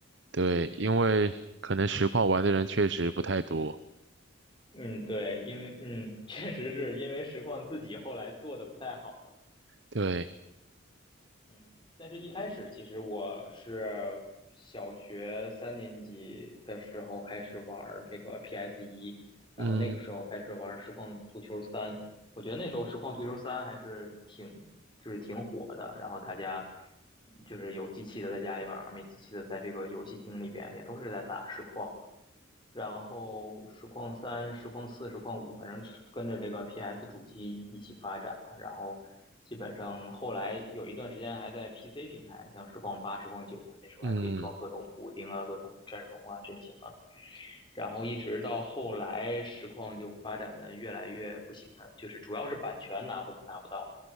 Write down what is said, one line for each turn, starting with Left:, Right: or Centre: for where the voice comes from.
Right: 对，因为可能实况玩的人确实不太多。
Left: 嗯，对，因为嗯，<laughs> 确实是因为实况自己后来做的不太好了。
Right: 对，
Left: 嗯，但是一开始其实我是小学三年级的时候开始玩儿这个 PS 一，然后那个时候开始玩儿实况足球三，
Right: 嗯
Left: 我觉得那时候实况足球三还是挺就是挺火的，然后大家就是有机器的在家里玩儿没机器的在这个游戏厅里边也都是在打实况，然后实况三、实况四、实况五，反正是跟着这个 PS 主机一起发展嘛。然后基本上后来有一段时间还在 PC 平台，像实况八、实况九啊，那时候还可以装各种补丁啊、
Right: 嗯，
Left: 各种阵容啊、阵型啊。然后一直到后来，实况就发展的越来越不行了，就是主要是版权拿不拿不到，